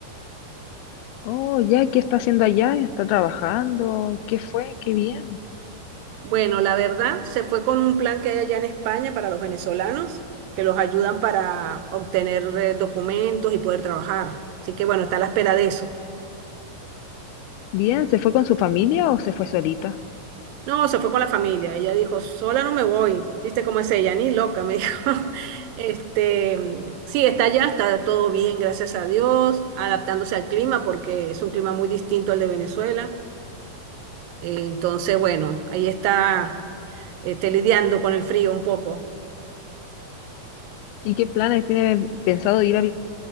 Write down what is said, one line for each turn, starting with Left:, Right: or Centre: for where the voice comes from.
Left: Oh, ya, ¿qué está haciendo allá? ¿Está trabajando? ¿Qué fue? Qué bien.
Right: Bueno, la verdad, se fue con un plan que hay allá en España para los venezolanos, que los ayudan para obtener eh, documentos y poder trabajar. Así que bueno, está a la espera de eso.
Left: Bien, ¿se fue con su familia o se fue solita?
Right: No, se fue con la familia. Ella dijo, sola no me voy. ¿Viste cómo es ella? Ni loca, me dijo. <laughs> Este, sí, está allá, está todo bien, gracias a Dios, adaptándose al clima porque es un clima muy distinto al de Venezuela. Eh, Entonces, bueno, ahí está, este, lidiando con el frío un poco.
Left: ¿Y qué planes tiene pensado ir a vi-